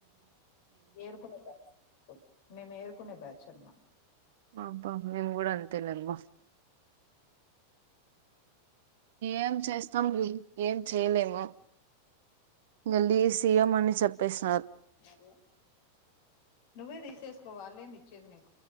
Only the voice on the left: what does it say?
ఏరుకునే బ్యాచ్ మేము ఏరుకునే బ్యాచ్ అనమాట
సారు నువ్వే తీసేకోవాల్లేది ఇచ్చేది నీకు